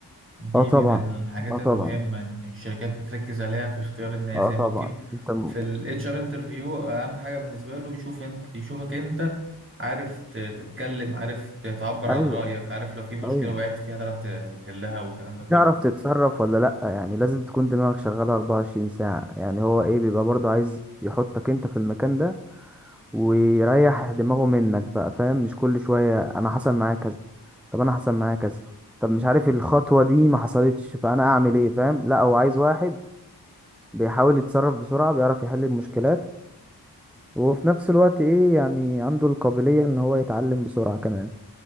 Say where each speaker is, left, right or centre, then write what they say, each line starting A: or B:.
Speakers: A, on the right (about 30°); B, in the centre.
A: دي
B: اه طبعا
A: من الحاجات
B: اه طبعا
A: المهمة إن الشركات بتركز عليها في اختيار الناس
B: اه
A: يعني
B: طبعا
A: ممكن
B: انت م...
A: في ال HR interview أهم حاجة بالنسبة له يشوف انت يشوفك أنت عارف ت- تتكلم عارف ت- تعبر عن
B: ايوه
A: رأيك عارف لو في مشكلة
B: ايوه
A: وقعت فيها تعرف ت- تحلها والكلام ده كله
B: تعرف تتصرف ولا لا يعني لازم تكون دماغك شغاله 24 ساعه يعني هو ايه بيبقى برضه عايز يحطك انت في المكان ده ويريح دماغه منك بقى فاهم مش كل شوية انا حصل معايا كذا طب انا حصل معايا كذا طب مش عارف الخطوة دي ما حصلتش فانا اعمل ايه فاهم لا هو عايز واحد بيحاول يتصرف بسرعة بيعرف يحل المشكلات وفي نفس الوقت ايه يعني عنده القابلية ان هو يتعلم بسرعة كمان